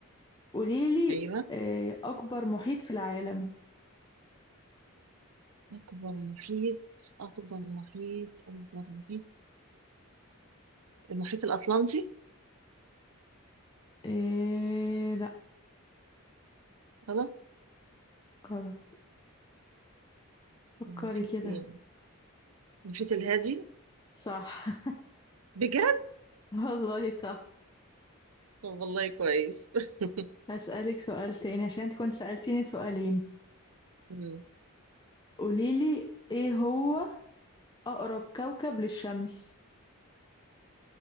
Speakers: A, on the left; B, on the right.
A: قوليلي
B: ايوه
A: آه، أكبر محيط في العالم
B: اكبر محيط اكبر محيط اكبر محيط المحيط الاطلنطي
A: آه، لا
B: غلط
A: غلط فكري
B: المحيط
A: كده
B: ايه المحيط الهادي
A: صح <laughs>
B: بجد
A: والله صح
B: طب والله كويس <laughs>
A: هسألك سؤال تاني عشان انت كنت سألتيني سؤالين
B: مم.
A: قوليلي ايه هو أقرب كوكب للشمس